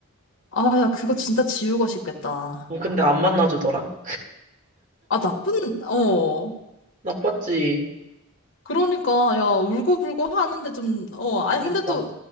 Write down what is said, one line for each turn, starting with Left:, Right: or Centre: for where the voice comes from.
Left: 아, 야, 그거 진짜 지우고 싶겠다.
Right: 어, 근데 안 만나주더라.
Left: 아, 나쁜, 어.
Right: 나빴지.
Left: 그러니까 야 울고불고 하는데 좀 어 아니
Right: 그러니까.
Left: 근데 또